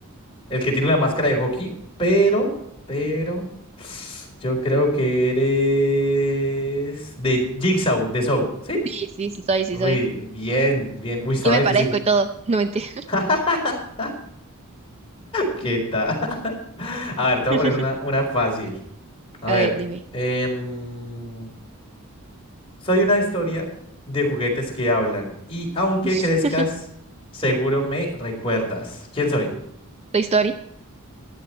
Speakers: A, on the left (about 25°); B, on the right (about 30°).
A: El que tiene la máscara de hockey, pero... Pero... <sighs> Yo creo que eres... De Jigsaw, de Saw, ¿sí?
B: Sí, sí, sí soy, sí
A: Uy,
B: soy.
A: bien, bien. Uy, estaba
B: Yo me
A: difícil.
B: parezco y todo. No mentira.
A: <laughs> ¿Qué tal? <laughs> A ver, te voy
B: <laughs>
A: a poner una, una fácil. A
B: A
A: ver.
B: ver, dime.
A: em, Soy una historia de juguetes que hablan y aunque
B: <laughs>
A: crezcas, seguro me recuerdas. ¿Quién soy?
B: Toy Story.